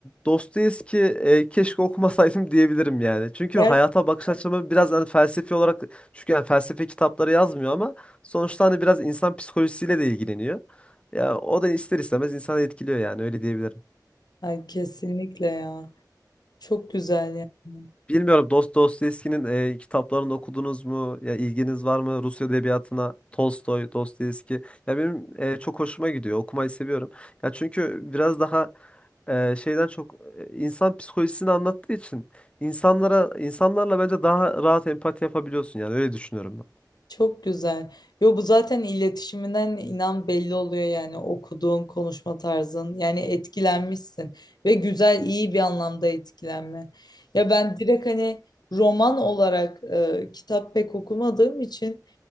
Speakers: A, on the left (about 15°); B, on the left (about 65°).
A: Dostoyevski e, keşke okumasaydım <laughs> diyebilirim yani. Çünkü
B: Yer,
A: hayata bakış açımı biraz hani felsefi olarak çünkü yani felsefe kitapları yazmıyor ama sonuçta hani biraz insan psikolojisiyle de ilgileniyor. Ya o da ister istemez insanı etkiliyor yani öyle diyebilirim.
B: ay kesinlikle ya. Çok güzel yani.
A: Bilmiyorum Dost Dostoyevski'nin e, kitaplarını okudunuz mu? Ya ilginiz var mı Rus edebiyatına? Tolstoy, Dostoyevski. Ya benim e, çok hoşuma gidiyor. Okumayı seviyorum. Ya çünkü biraz daha e, şeyden çok e, insan psikolojisini anlattığı için insanlara insanlarla bence daha rahat empati yapabiliyorsun yani öyle düşünüyorum ben.
B: Çok güzel. Yo bu zaten iletişiminden inan belli oluyor yani okuduğun konuşma tarzın yani etkilenmişsin ve güzel iyi bir anlamda etkilenme. Ya ben direkt hani roman olarak e, kitap pek okumadığım için